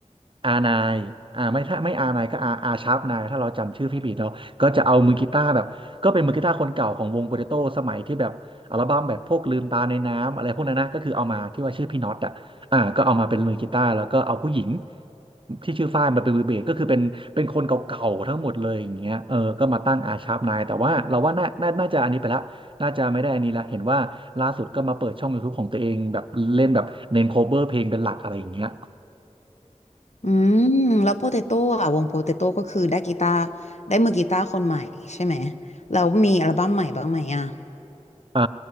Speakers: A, on the right; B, on the left.
A: อานายอ่าไม่ถ้าไม่อานายก็อาอาชาร์ปนายถ้าเราจำชื่อพี่ผิดเนาะก็จะเอามือกีตาร์แบบก็เป็นมือกีตาร์คนเก่าของวงโปาเตโต้สมัยที่แบบอัลบั้มแบบพวกลืมตาในน้ำอะไรพวกนั้นนะก็คือเอามาที่ว่าชื่อพี่น็อตอะ อ่าก็เอามาเป็นมือกีตาร์แล้วก็เอาผู้หญิงที่ชื่อฝ้ายมาเป็นมือเบสก็คือเป็นเป็นคนเก่าๆทั้งหมดเลยอย่างเงี้ยเออก็มาตั้งอาชาร์ปนายแต่ว่าเราว่าน่าน่าน่าจะอันนี้ไปละน่าจะไม่ได้อันนี้ละเห็นว่าล่าสุดก็มาเปิดช่องยูทูบของตัวเองแบบเล่นแบบเน้นโคเ e อร์เพลงเป็นหลักอะไรอย่างเงี้ย
B: อืมแล้วโปเตโต้อ่ะวงโปเตโต้ก็คือได้กีตาร์ได้มือกีตาร์คนใหม่ใช่ไหมแล้วมีอัลบั้มใหม่บ้างไหมอ่ะ
A: เอ่อ